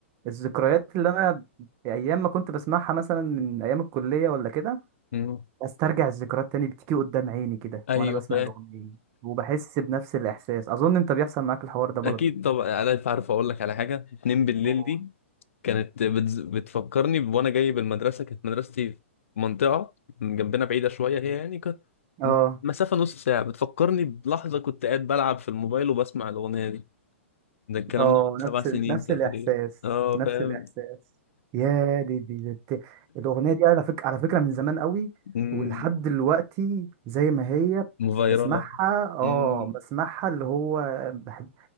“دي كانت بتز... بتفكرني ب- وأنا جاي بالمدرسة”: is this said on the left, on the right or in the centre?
Left